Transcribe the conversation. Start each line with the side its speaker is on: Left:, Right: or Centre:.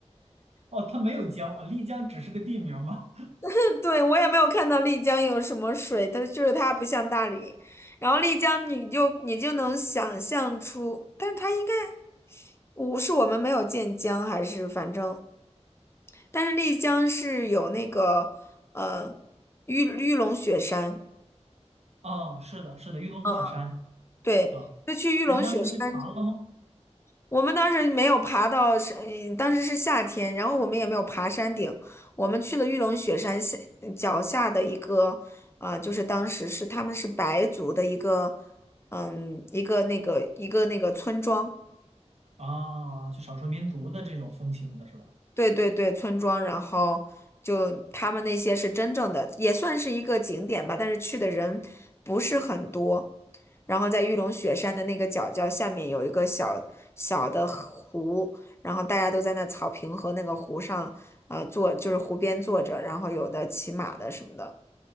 Right: 哦，它没有江啊，丽江只是个地名吗？
Left: <laughs> 对，我也没有看到丽江有什么水，它就是它不像大理。然后丽江，你就你就能想象出，但是它应该，我是我们没有见江，还是反正。但是丽江是有那个呃玉玉龙雪山，
Right: 啊，是的，是的，玉龙雪山
Left: 嗯对，
Right: 啊，
Left: 就去玉龙雪山。
Right: 哎，你当时去爬了吗？
Left: 我们当时没有爬到山，嗯当时是夏天，然后我们也没有爬山顶，我们去了玉龙雪山下脚下的一个，呃，就是当时是他们是白族的一个，嗯，一个那个一个那个村庄。
Right: 啊，就少数民族的这种风情的是吧？
Left: 对对对，村庄，然后就他们那些是真正的，也算是一个景点吧，但是去的人不是很多。然后在玉龙雪山的那个角角下面有一个小小的湖，然后大家都在那草坪和那个湖上，呃，坐就是湖边坐着，然后有的骑马的什么的，